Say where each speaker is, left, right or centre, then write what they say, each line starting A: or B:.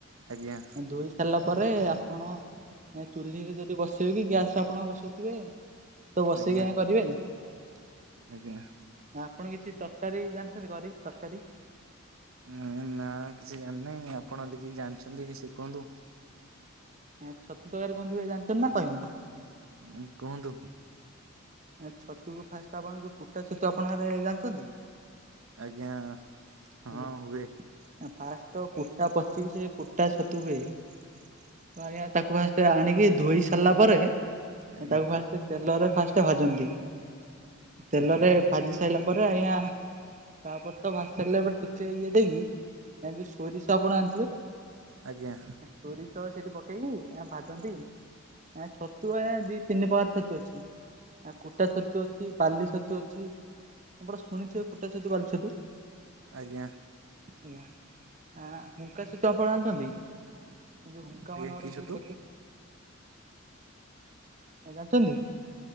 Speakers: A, on the right; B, on the right.
A: ଆଜ୍ଞା।
B: ଧୋଇ ସାରିଲା ପରେ ଆପଣ ଏ ଚୁଲୀରେ ଯଦି ବସେଇବେ କି ଗ୍ୟାସ ରେ ଆପଣ ବସେଇଥିବେ ତୁ ବସେଇକି
A: ଆଜ୍ଞା
B: ଆଗେ କରିବେ ତ
A: ଆଜ୍ଞା ଆଜ୍ଞା।
B: ଆପଣ କିଛି ତରକାରୀ ଜାଣିଛନ୍ତି କରି ତରକାରୀ?
A: ଉ ନା କିଛି ଜାଣିିନାହିଁ। ଆପଣ ଯଦି କିଛି ଜାଣିଛନ୍ତି ଶିଖନ୍ତୁ।
B: ଛତୁ ତରକାରୀ ଜାଣିଛନ୍ତି ନା କହିବି?
A: ଉ କୁହନ୍ତୁ?
B: ଆ ଛତୁକୁ ଫାଷ୍ଟ ଆପଣ ଯୋଉ କୁଟା ଛତୁ ଆପଣ ଆଡେ ଜାଣିଛନ୍ତି?
A: ଆଜ୍ଞା ହଁ
B: ଆଜ୍ଞା
A: ହୁଏ।
B: ଫାଷ୍ଟ ତ କୁଟା ପଚିକି ସେ କୁଟା ଛତୁ ହୁଏ। ତ ଆଜ୍ଞା ତାକୁ ଫାଷ୍ଟ ଆଣିକି ଧୋଇ ସାରିଲା ପରେ
A: ଆଜ୍ଞା
B: ତାକୁ ଫାଷ୍ଟ ତେଲରେ ଫାଷ୍ଟ କେତେ ଭାଜନ୍ତି ତେଲରେ
A: ଆଜ୍ଞା
B: ଭାଜି ସାରିଲା ତା ପରେ ଆଜ୍ଞା ତାପରେ ତ ଭାଜି ସାରିଲେ ଏ ଟିକେ ଇଏ ଦେଇକି ଏ ଯୋଉ ସୋରିଷ ଆପଣ ଆଣିଥିବେ
A: ଆଜ୍ଞା
B: ସୋରିଷ ଛତ ସେଠି ପକେଇକି ଭାଜନ୍ତି ଏ ଛତୁ ଏ ଦି ତିନି ପ୍ରକାର ଛତୁ ଅଛି। ଆ କୁଟା ଛତୁ ଅଛି, ବାଲି ଛତୁ ଅଛି ଆପଣ ଶୁଣିଥିବେ କୁଟା ଛତୁ ବାଲି ଛତୁ?
A: ଆଜ୍ଞା।
B: ଆଜ୍ଞା। ଆ ହୁଙ୍କା ଛତୁ ଆପଣ ଜାଣିଛନ୍ତି? କି ହୁଙ୍କ
A: ଆଜ୍ଞା
B: ମାନଙ୍କରେ
A: କିଛୁ
B: ହୁଏ
A: ତୁ
B: ଛତୁ ଜାଣିଛନ୍ତି?